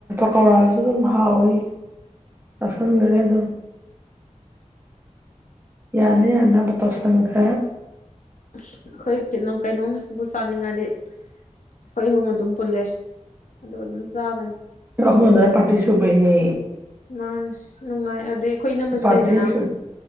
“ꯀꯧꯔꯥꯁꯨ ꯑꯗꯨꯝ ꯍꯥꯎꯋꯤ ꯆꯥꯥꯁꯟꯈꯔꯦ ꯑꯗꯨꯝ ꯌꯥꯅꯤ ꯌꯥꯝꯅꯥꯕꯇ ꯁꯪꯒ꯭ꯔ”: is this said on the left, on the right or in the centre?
Right